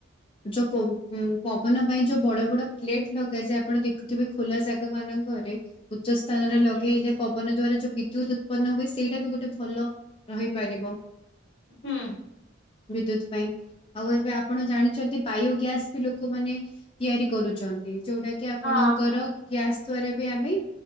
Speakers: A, on the left; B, on the left.
A: ଯୋଉ ପୋଉ ଉଁ ପବନ ପାଇଁ ଯୋଉ ବଡ ବଡ ପ୍ଲେଟ ଦରକାର ଯେ ଆପଣ ଦେଖୁ ତେବେ ଖୋଲା ଜାଗା ମାନଙ୍କରେ ଉଚ୍ଚ ସ୍ଥାନରେ
B: ଆଜ୍ଞା।
A: ଲଗେଇଲେ ପବନ ଦ୍ଵାରା ଯୋଉ ବିଦ୍ୟୁତ ଉତ୍ପନ୍ନ ହୁଏ ସେଇଟା ବି ଗୋଟେ ଭଲ ରହିପାରିବ।
B: ହୁଁ।
A: ବିଦ୍ୟୁତ ପାଇଁ। ଆଉ ଏବେ ଆପଣ ଜାଣିଛନ୍ତି ବାୟୋ ଗ୍ୟାସ ବି ଲୋକମାନେ ତିଆରି କରୁଛନ୍ତି, ଯୋଉଟା କି କି ଆପଣଙ୍କର
B: ହଁ ହଁ
A: ଗ୍ୟାସ୍ ଦ୍ଵାରା ବି ଆମେ